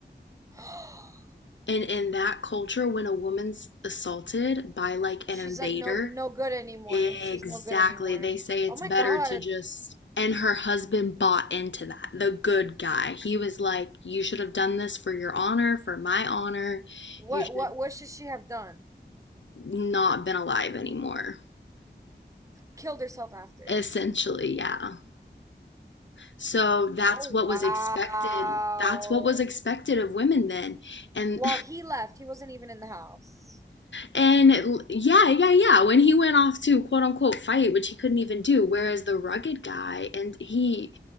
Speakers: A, on the right; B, on the left.
A: <gasps>
B: And in that culture, when a woman's assaulted by like an
A: She's
B: invader,
A: like no no good anymore.
B: exactly,
A: She's no good anymore.
B: they say it's
A: Oh my
B: better
A: God.
B: to just. And her husband bought into that, the good guy. He was like, You should have done this for your honor, for my honor.
A: What
B: You should
A: what what should she have done?
B: not been alive anymore.
A: Killed herself after.
B: Essentially, yeah. So that's
A: Oh wow.
B: what was expected. That's what was expected of women then. And
A: While he left, he wasn't even in the house.
B: And yeah, yeah, yeah. When he went off to quote unquote fight, which he couldn't even do, whereas the rugged guy, and he,